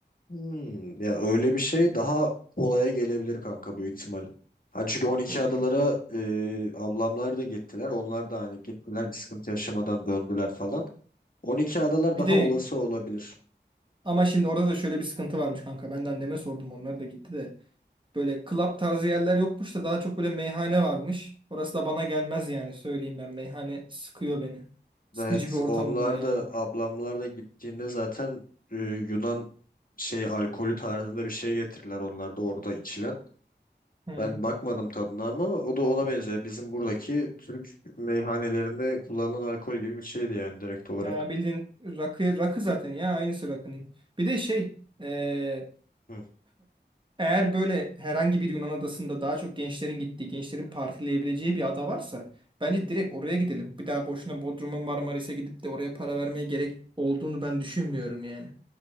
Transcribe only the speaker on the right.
Hmm.
Bir
de
ama şimdi orada da şöyle bir sıkıntı varmış kanka. Ben de anneme sordum. Onlar da gitti de. Böyle club tarzı yerler yokmuş da daha çok böyle meyhane varmış. Orası da bana gelmez yani söyleyeyim ben. Meyhane sıkıyor beni. Sıkıcı
bir ortam
olur yani.
Hı.
Ya bildiğin rakı, rakı zaten ya aynısı rakının. Bir de şey e,
eğer böyle herhangi bir Yunan adasında daha çok gençlerin gittiği, gençlerin partileyebileceği bir ada varsa bence direkt oraya gidelim. Bir daha boşuna Bodrum'a Marmaris'e gidip de oraya para vermeye gerek olduğunu ben düşünmüyorum yani.